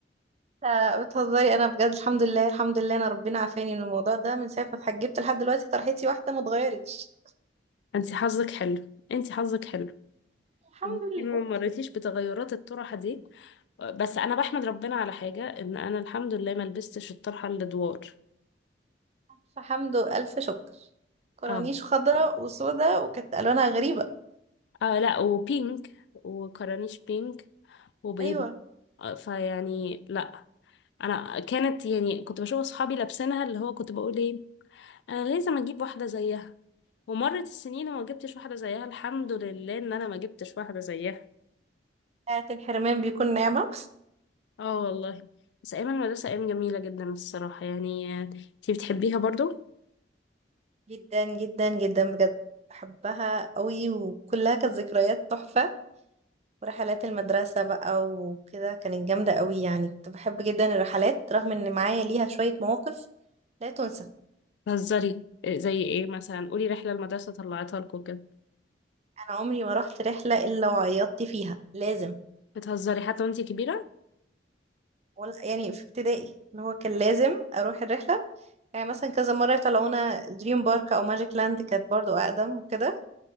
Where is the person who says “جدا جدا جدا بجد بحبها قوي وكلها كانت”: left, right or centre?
Right